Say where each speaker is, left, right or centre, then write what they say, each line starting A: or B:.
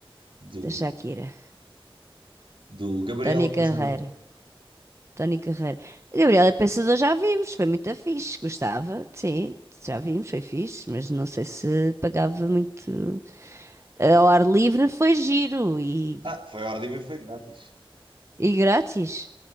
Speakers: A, on the right; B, on the right.
A: Do,
B: da Shakira,
A: do Gabriel
B: Tony
A: o Pensador.
B: Carreira, Tony Carreira. Gabriela Pensador já vimos, foi muito fixe, gostava, sim, já vimos, foi fixe, mas não sei se pagava muito. Eh, Ao ar livre foi giro e
A: Ah, foi a hora de ver, foi grátis.
B: E grátis.